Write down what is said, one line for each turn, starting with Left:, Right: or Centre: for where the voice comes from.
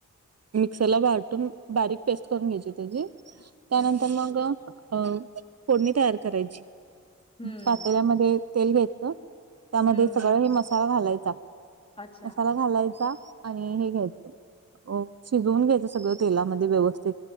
Right: मिक्सरला वाटून बारीक पेस्ट करून घ्यायची त्याची त्यानंतर
Left: अच्छा
Right: मग अ फोडणी तयार करायची
Left: हम्म
Right: पातेल्यामध्ये तेल घ्यायचं त्यामध्ये
Left: हम्म
Right: सगळा हे मसाला घालायचा
Left: अच्छा
Right: मसाला घालायचा आणि हे घ्यायचं शिजवून घ्यायचं तेलामध्ये व्यव स्थित